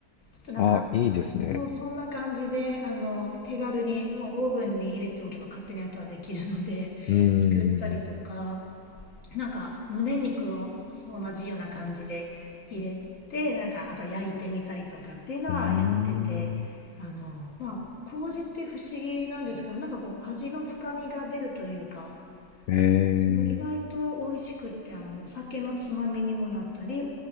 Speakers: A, on the left; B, on the left.
A: っとなんか
B: あ、いいですね。
A: そうそんな感じであの手軽にもうオーブンに入れておけば勝手に後はできるので作ったりとか
B: うん。
A: なんか胸肉を同じような感じで入れてなんかあと焼いてみたりとかっていうのはやっててあのまあ麹って不思議なんですけどなんかこう味の深みが出るというか
B: うん。ええ
A: その意外と美味しくってあのお酒のつまみにもなったり